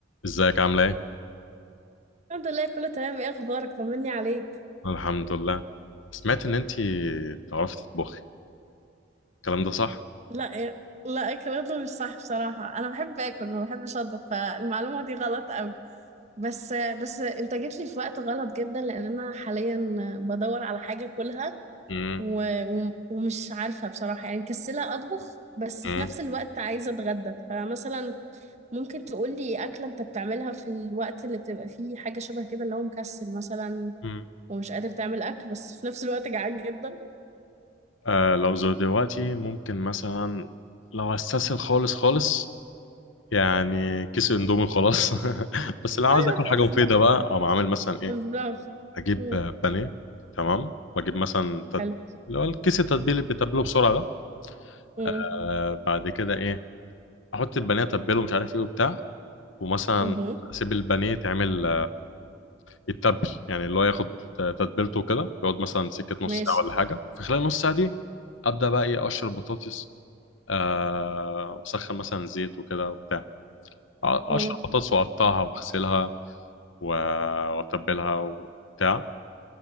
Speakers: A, on the left; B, on the right.
A: ازيك عامله ايه
B: الحمد لله كله تمام ايه اخبارك طمني عليك
A: الحمد لله سمعت ان انتي بتعرفي تطبخي الكلام ده صح
B: لا إيه. لا اكله مش صح بصراحه انا بحب اكل ما بحبش اطبخ فالمعلومه دي غلط قوي بس بس انت جيت لي في وقت غلط جدا لان انا حاليا بدور على حاجه اكلها
A: امم
B: و... و... ومش عارفه بصراحه يعني مكسله اطبخ بس
A: امم
B: في نفس الوقت عايزه اتغدى فمثلا ممكن تقول لي اكله انت بتعملها في الوقت اللي بتبقى فيه حاجه شبه كده اللي هو مكسل مثلا
A: امم.
B: ومش قادر تعمل اكل بس في نفس الوقت جعان جدا
A: آه لو زود دلوقتي ممكن مثلا لو استسهل خالص خالص يعني كيس اندومي خلاص <laughs> بس لو
B: <laughs>
A: عاوز اكل حاجه مفيده بقى او اعمل مثلا ايه
B: بالظبط
A: اجيب
B: مم.
A: آه، بانيه تمام واجيب مثلا تت...
B: حلو
A: اللي هو الكيس التتبيل اللي بتتبله بسرعه ده
B: مم.
A: آه بعد كده ايه احط البانيه اتبله مش عارف ايه وبتاع ومثلا
B: مهم.
A: اسيب البانيه تعمل يتبل يعني اللي هو ياخد تتبيلته وكده يقعد مثلا سكة نص
B: ماشي
A: ساعة ولا حاجة في خلال نص ساعة دي أبدأ بقى إيه أقشر البطاطس آه، وأسخن مثلا زيت وكده وبتاع أقشر
B: مم.
A: البطاطس وأقطعها وأغسلها و- وأتبلها وبتاع